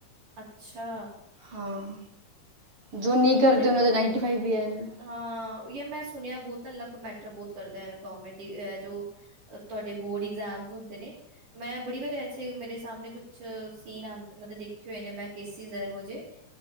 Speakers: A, on the right (about 80°); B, on the right (about 55°).
A: ਅੱਛਾ।
B: ਹਾਂ, ਜੋ ਨੀ ਕਰਦੇ
A: ਅਰੇ
B: ਉਹਨਾਂ ਦਾ ਨਾਈਨਟੀ ਫਾਈਵ ਵੀ ਆਏ ਨੇ।
A: ਹਾਂ, ਯਾਰ ਮੈਂ ਸੁਣਿਐ ਬੌਤ ਨਾ ਲਕ ਮੈਟਰ ਬੌਤ ਕਰਦੈ ਗੌਰਮੈਂਟ ਐ ਜੋ ਅ ਤੁਐਡੇ ਬੋਰਡ ਇਗਜ਼ਾਮਸ ਹੁੰਦੇ ਨੇ। ਮੈਂ ਬੜੀ ਵਾਰ ਐਸੇ ਮੇਰੇ ਸਾਮਣੇ ਕੁਛ ਸੀਨ ਆਣ ਮਤਲਬ ਦੇਖੇ ਹੋਏ ਨੇ ਮੈਂ ਕੇਸਿਸ ਐਹੋ ਜੇ